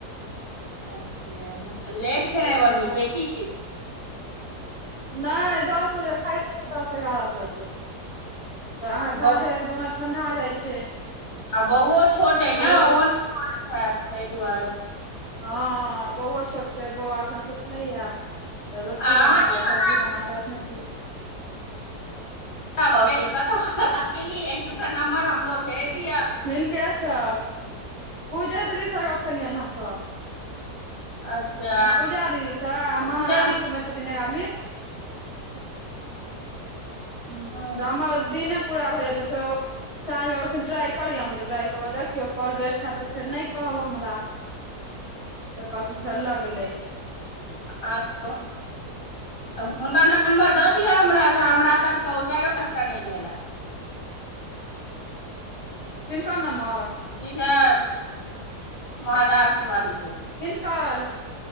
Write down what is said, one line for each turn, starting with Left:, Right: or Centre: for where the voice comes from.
Left: अच्छा तऽ लेट खेनाइ
Right: ब्रिटिश
Left: बनबै छियै की?
Right: नैय दस बजे खाइते छै दस एगारह बजे। तऽ अहाँ
Left: ब
Right: साँझ राति बना ठंडा जाइ छै
Left: आ बौओ छोट
Right: आ
Left: एइ
Right: बौओ
Left: ने ओहो कनैत हेत ताहि दुआरे।
Right: हँ बोओ छोट छै बोआ खन सुतले ये तऽ रोटी
Left: आ
Right: बनेलियै
Left: अहाँके केना
Right: सब्जी बना क रखने छी।
Left: तब गेल कतहु कत बात केलियै एक दूटा नम्बर हमरो भेज दिय।
Right: हिनके सब पूजा दीदी सऽ गप केलियनि हमसब।
Left: अच्छा
Right: पूजा दीदीसँ अऽ महाराष्ट्रमे
Left: पूजा
Right: छथिन एक आदमी। ह्म्म
Left: दीदी
Right: तऽ हमर दिने पूरा भऽ जेतै तऽ फेरो साँझमे एखन ट्राई करियो हम कहलियई कऽ कऽ देखियौ कॉल बेस्ट हयत तऽ फेर नहि कहब हमरा। तऽ <inaudible> लगलै
Left: आ बहुत। तऽ हुनका नम्बर दऽ दिअ हमरा हमरा तऽ कहु चारि पाँचटा नहि भेलए।
Right: किनकर नम्बर?
Left: ठीक है महाराष्ट्र वाली के।
Right: किनकर